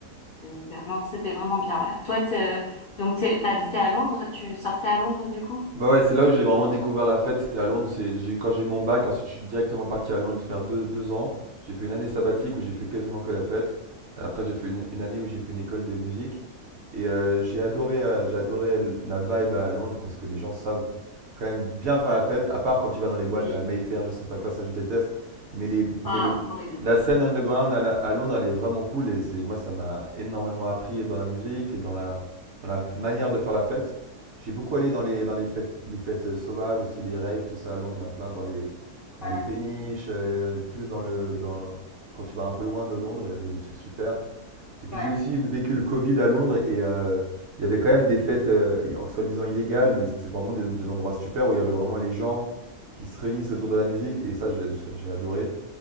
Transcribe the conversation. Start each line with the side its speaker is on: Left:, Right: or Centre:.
Left: un univers. Non, c'était vraiment bien. Ouais. Toi, t'es, donc t'es- t'as habité à Londres, tu sortais à Londres du coup?
Right: Bah ouais, c'est là où j'ai vraiment découvert la fête, c'était à Londres. C'est, j'ai, quand j'ai eu mon bac, ensuite je suis directement parti à Londres faire deux, deux ans. J'ai fait une année sabbatique où j'ai fait quasiment que la fête. Après j'ai fait une, une année où j'ai fait une école de musique. Et euh, j'ai adoré, euh, j'ai adoré la vibe à Londres parce que les gens savent quand même bien faire la fête, à part quand tu vas dans les boîtes
Left: Oui.
Right: à Mayfair, je sais pas quoi, ça je déteste. Mais, les, mais
Left: Ah,
Right: le,
Left: horrible.
Right: la scène underground à, la- à Londres, elle est vraiment cool et c'est, moi, ça m'a énormément appris dans la musique et dans la, dans la f- manière de faire la fête. J'ai beaucoup allé dans les, dans les fêtes, les fêtes euh, sauvages, aussi les raves, tout ça. À Londres, il y en a plein dans les, dans
Left: Ouais,
Right: les péniches, euh, plus dans le, dans, quand tu vas un peu loin de Londres, il y avait des trucs super. Et puis
Left: ouais,
Right: j'ai aussi vécu le Covid à Londres et euh, il y avait quand même des fêtes euh, soi-disant illégales, mais c'était vraiment des, des endroits super où il y avait vraiment les gens qui se réunissent autour de la musique et ça j'ai j'ai- j'ai adoré.